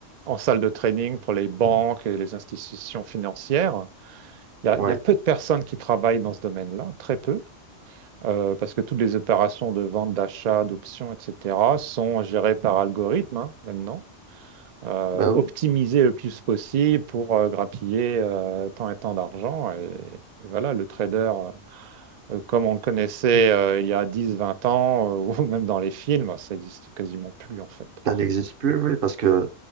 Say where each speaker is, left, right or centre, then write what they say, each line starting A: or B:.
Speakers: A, on the right; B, on the right.
A: en salle de trading pour les banques et les institutions financières. Il y a, il
B: ouais,
A: y a peu de personnes qui travaillent dans ce domaine-là, très peu, euh, parce que toutes les opérations de vente, d'achat, d'options, etc., sont gérées par algorithme hein, maintenant, euh,
B: bah oui,
A: optimisées le plus possible pour euh, grappiller euh, tant et tant d'argent. Et, et voilà, le trader. euh, euh, comme on le connaissait euh, il y a dix, vingt ans, euh, <laughs> ou même dans les films, ça existe quasiment plus en fait.
B: ça n'existe plus, oui, parce que